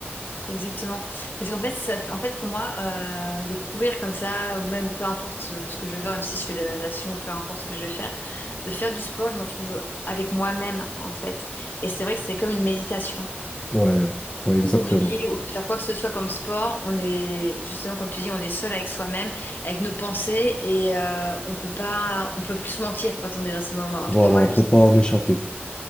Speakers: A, on the left; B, on the left.
A: exactement. Parce qu'en fait, ça, en fait, pour moi, euh, de courir comme ça, ou même peu importe ce, ce que je veux faire, même si je fais de la natation, peu importe ce que je vais faire, de faire du sport, je me retrouve avec moi-même, en fait. Et c'est vrai que c'est comme une méditation.
B: Ouais, ouais, exactement.
A: courir ou faire quoi que ce soit comme sport, on est justement comme tu dis, on est seul avec soi-même, avec nos pensées et euh, on peut pas, on peut plus se mentir quand on est dans ces moments. En
B: Voilà,
A: tout cas, moi,
B: on
A: je
B: ne peut pas en échapper.